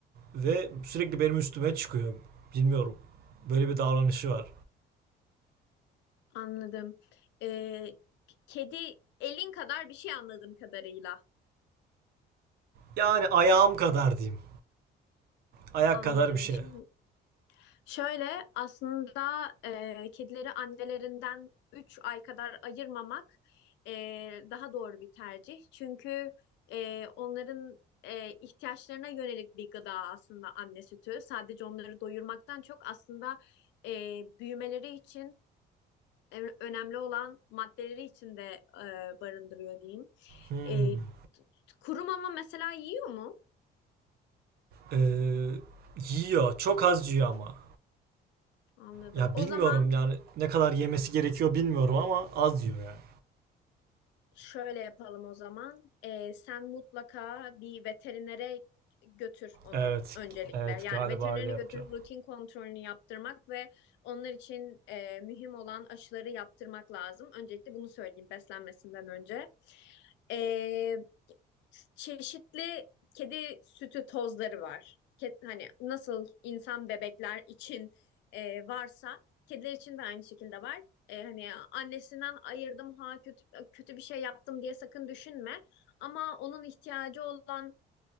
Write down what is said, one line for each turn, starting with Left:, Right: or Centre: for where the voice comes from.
Right: ve sürekli benim üstüme çıkıyor. Bilmiyorum. Böyle bir davranışı var.
Left: Anladım. Ee, kedi elin kadar bir şey anladığım kadarıyla.
Right: Yani ayağım kadar diyeyim. Ayak
Left: Anladım.
Right: kadar bir şey.
Left: Şimdi Şöyle aslında e, kedileri annelerinden 3 ay kadar ayırmamak e, daha doğru bir tercih. Çünkü e, onların e, ihtiyaçlarına yönelik bir gıda aslında anne sütü. Sadece onları doyurmaktan çok aslında e, büyümeleri için e, önemli olan maddeleri içinde e, barındırıyor diyeyim.
Right: Hmm.
Left: E, kuru mama mesela yiyor mu?
Right: Ee, yiyor. Çok az yiyor ama.
Left: Anladım.
Right: Ya
Left: O
Right: bilmiyorum
Left: zaman
Right: yani ne kadar yemesi gerekiyor bilmiyorum ama az yiyor yani.
Left: Şöyle yapalım o zaman. Ee, sen mutlaka bir veterinere götür onu
Right: Evet,
Left: öncelikle.
Right: evet
Left: Yani
Right: galiba
Left: veterinere
Right: öyle yapacağım.
Left: götürüp rutin kontrolünü yaptırmak ve onlar için e, mühim olan aşıları yaptırmak lazım. Öncelikle bunu söyleyeyim beslenmesinden önce. Ee, çeşitli kedi sütü tozları var. Ke- hani nasıl insan bebekler için e, varsa kediler için de aynı şekilde var. E, hani annesinden ayırdım ha kötü kötü bir şey yaptım diye sakın düşünme. Ama onun ihtiyacı olan